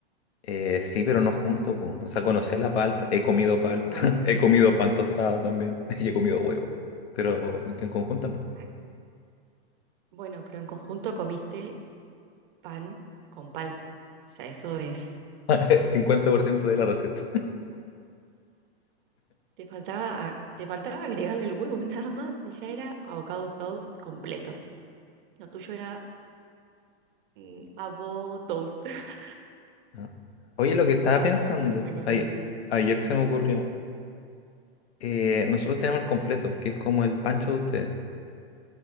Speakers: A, on the left; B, on the right.
A: Eh, sí, pero no juntos, po. O sea, conocía la palta, he comido palta,
B: no con huevo.
A: <laughs> he comido pan tostado también, <laughs> y he comido huevo, pero en en conjunto no.
B: Ah, Bueno, pero en conjunto comiste pan con palta. Ya eso es
A: <laughs> cincuenta por ciento de la receta.
B: Te faltaba, te faltaba agregarle el huevo <laughs> nada más y ya era avocado toast completo. Lo tuyo era mm, avo toast, <laughs>
A: ¿no? Oye, lo que estaba pensando,
B: los 50%.
A: ayer, ayer se me ocurrió, eh, nosotros tenemos el completo, que es como el pancho de ustedes,